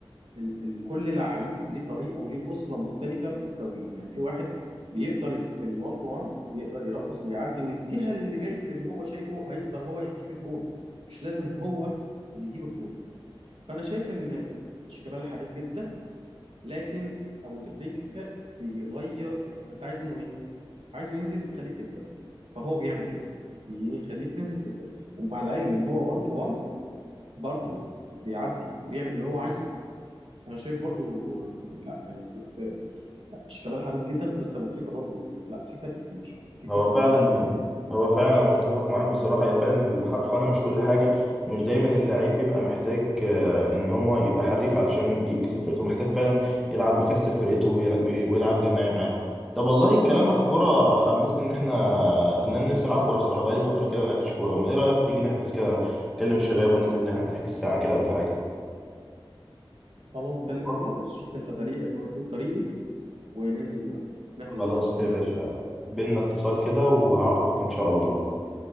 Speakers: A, on the right; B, in the centre.
A: ال ال كل لعيب ليه طريقه وليه بوصله مختلفه في التوجيه يعني في واحد بيقدر ي- في الوان تو وان بيقدر يرقص ويعدي ويديها للي جاي اللي هو شايفه هيقدر هو يجيب الجون مش لازم هو اللي يجيب الجون فانا شايف ان شيكابالا حريف جدا لكن ابو تريكه بيغير انت انت عايز منه ايه؟ عايزه ينزل يخليك تكسب فهو بيعمل كده بيخليك تنزل تكسب ومع العلم ان هو 1 تو 1 برضه بيعدي وبيعمل اللي هو عايزه انا شايف برضو آه، لا يعني بس شيكابالا حريف جدا بس ابو تريكه برضو لا في فرق كبير في فرق
B: هو
A: كبير
B: فعلا
A: جدا جدا
B: هو فعلا متفق معاك بصراحة هي فعلا الحرفنة مش كل حاجة مش دايما اللعيب بيبقى محتاج آه، إن هو يبقى حريف علشان يكسب فرقته محتاج فعلا يلعب يكسب فرقته ويلع- وي- ويلعب جماعي معاه طب والله الكلام على الكورة حمسني إن إحنا إن أنا نفسي ألعب كورة بصراحة بقالي فترة كده ما لعبتش كورة ما إيه رأيك تيجي نحجز كده نكلم الشباب وننزل نح- نحجز ساعة كده ولا حاجة
A: خلاص كلم
B: فاضي؟
A: انت بص شوف انت فريقك وانا اشوف فريقي وننزل نلعب نحجز
B: خلاص
A: ونلعب ايه
B: يا
A: رايك
B: باشا بينا اتصال كده وهعرفك إن شاء الله